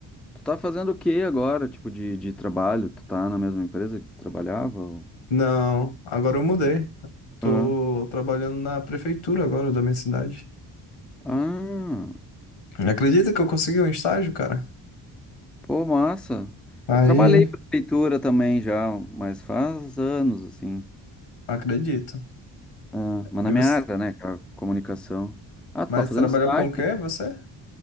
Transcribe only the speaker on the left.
não, agora eu mudei. Tô
trabalhando na prefeitura agora da minha cidade.
Acredita que eu consegui um estágio, cara?
Aí,
Acredito.
E
você...
Mas
trabalhou
com o quê, você?